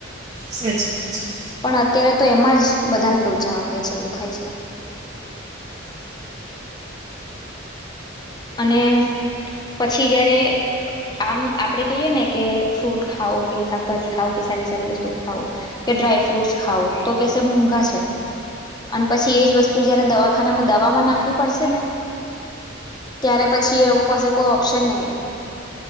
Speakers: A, on the right; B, on the left.
A: સે અચ્છા અચ્છા.
B: પણ અત્યારે તો એમાં જ બધાને લોચા વાગે છે એવું થાય છે. અને પછી જયારે આમ આપડે કહીએ ને કે ફ્રૂટ ખાવ કે શાકભાજી ખાવ કે સારી સારી વસ્તુ ખાવું કે ડ્રાય ફ્રૂટસ ખાવું તો કેશે મોંઘા છે અને પછી એજ વસ્તુ જયારે દવાખાનામાં દવામાં નાખવી પડશે ને ત્યારે પછી એ લોકો પાસે કોઈ ઓપ્શન નહીં રહેે.